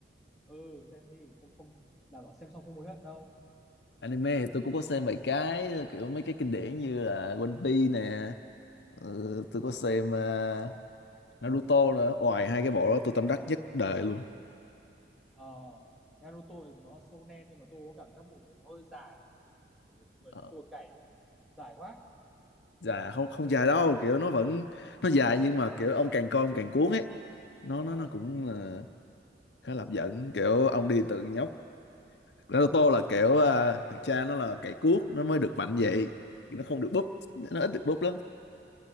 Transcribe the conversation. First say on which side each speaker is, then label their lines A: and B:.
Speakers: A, in the centre; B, on the left (about 65°).
A: ừ xem đi không không đảm bảo xem xong không hối hận đâu
B: anime thì tôi cũng có xem vài cái kiểu mấy cái kinh điển như là One Piece nè ừ, tôi có xem ờ, Naruto nữa ngoài hai cái bộ đó tôi tâm đắc nhất đời luôn
A: ờ Naruto nó shonen nhưng mà tôi có cảm giác bộ đấy nó hơi dài để, để, để, để một người
B: Ờ,
A: như tôi cày ấy. dài quá
B: dài không không dài đâu kiểu nó vẫn nó dài nhưng mà kiểu ông càng coi ông càng cuốn ấy nó nó
A: ờ
B: nó cũng ờ, khá là hấp dẫn kiểu ông đi từ nhóc Naruto là kiểu à, thằng cha nó là cày cuốc nó mới được mạnh vậy nó không được búp nó ít được búp lắm